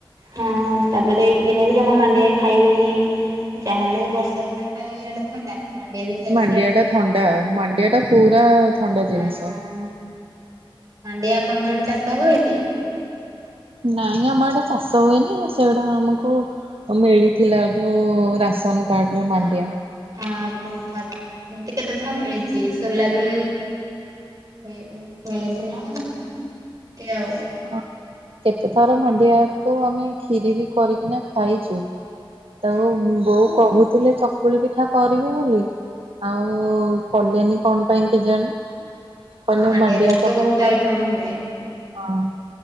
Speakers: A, on the right; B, on the right.
A: ହଁ ତାପରେ ଦିନେ ବି ଜମା ମାଣ୍ଡିଆ ଖାଇବେନି ଯାହାହେଲେ ବର୍ଷା ଦିନ ଟା ଇଆଡେ ଥଣ୍ଡା ମାଣ୍ଡିଆ ବି ଖାଇଲେ
B: ମାଣ୍ଡିଆ
A: ସିଆଡେ
B: ଟା ଥଣ୍ଡା ମାଣ୍ଡିଆ ଟା ପୁରା ଥଣ୍ଡା
A: ହେଇଯିବ।
B: ଜିନିଷ।
A: ହଁ ମାଣ୍ଡିଆ ଆପଣଙ୍କ ଆଡେ ଚାଷ ହୁଏ କି?
B: ନାଇଁ ଆମ ଆଡେ ଚାଷ ହୁଏନି ସେଇଗୁଡା ଆମକୁ ମିଳିଥିଲା ଯୋଉ ରାସ ରାସନ କାର୍ଡ଼ରେ
A: ହଁ।
B: ମାଣ୍ଡିଆ।
A: ହଁ ଉଁ ଥରେ ଏମିତି କେତେଥର ମିଳିଛି ସୋଲା ବି ମିଳିଥିଲା କି ଆଉ
B: ହଁ କେତେ ଥର ମାଣ୍ଡିଆକୁ ଆମେ ଖିରି ବି କରିକିନା ଖାଇଛୁ। ତାକୁ
A: ହୁଁ।
B: ବୋଉ କହୁଥିଲେ ଚକୁଳି ପିଠା କରିବେ ବୋଲି ଆଉ କଲେନି କଣ ପାଇଁ କେଜାଣି। ପଲେ
A: ମାଣ୍ଡିଆରେ
B: ମାଣ୍ଡିଆ।
A: ବି ତ ବହୁତ ଆଇଟମ ହୁଏ
B: ହଁ